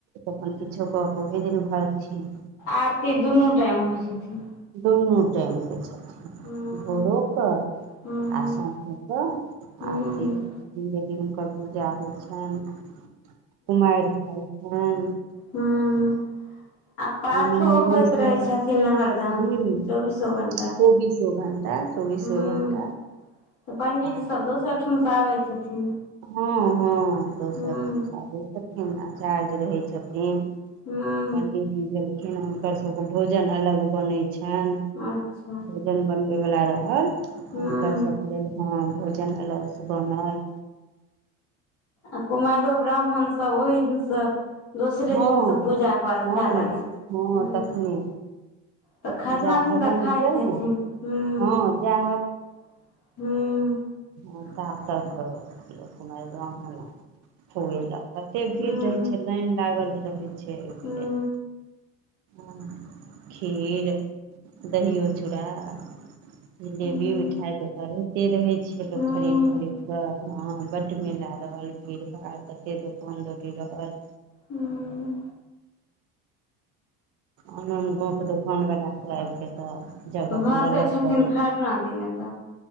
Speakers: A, on the right; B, on the left.
A: तखन किछो कऽ कऽ ओहहि दिन भरथिन।
B: आरती दुनू टाइम होइ छथिन।
A: दुनू टाइम होइ छथिन,
B: हूँ
A: भोरोके
B: हूँ
A: आ समझ के,
B: हूँ
A: आरती होई छैन, यदि हुनकर पूजा होइ छनि, कुमारि खाइ छैन।
B: हुँ। आ पाठो
A: आनन
B: होइत
A: गाँवसँ
B: रहे छथिन हरद दम,
A: हूँ
B: चौबीसो घंटा हुँ।
A: चौबीसो घंटा चौबीसो घंटा
B: तऽ पंडीजी
A: पाठी
B: सब दोसर
A: रहै।
B: ठाम से आबैत हेथिन
A: हँ- हँ, दोसर
B: हूँ
A: ठाम से आबै छथिन, आचार्य रहै छथिन।
B: हूँ
A: पंडीजी भेलखिन, हुनकर सभके भोजन अलग बनैत छनि।
B: आच्छा।
A: भोजन बनबै बला रहल,
B: हूँ
A: हुनकर सबके लेल हँ भोजन अलगसँ बनल।
B: आ कुमैरो, ब्राह्मणसब, ओहि दिनसँ दोसरे
A: हँ
B: दिन से पूजा के बाद,
A: हँ
B: खै लागै छथिन,
A: हँ
B: हुँ।
A: तखने
B: तऽ खरना
A: जा
B: दिन
A: हवन
B: तऽ खाइत
A: भेल
B: हेथिन।
A: ने
B: हुँ-हुँ।
A: हँ जा ह कात कअ क लोक कुमैर ब्राह्मण खुएलक। कते
B: हूँ
A: भीड़ रहै छै, लाइन लागल रहै छै, ओहिके
B: हूँ
A: लेल। हँ, खीर, दहियो -चूड़ा। जिलेबी,
B: हूँ
A: मिठााय त ओ रहिते रहै छैय लोक
B: हूँ
A: खरीद- खरीद कऽ। ह बड् मेला रहल, भीड़ -भाड़। तते दोकान -दौरी रहल।
B: हुँ,
A: आन -आन गांँव के दुोकान बला सब आबि के तऽ जगह
B: तऽ भसै
A: लेलक।
B: छथिन
A: हँ,
B: खरना दिन एतऽ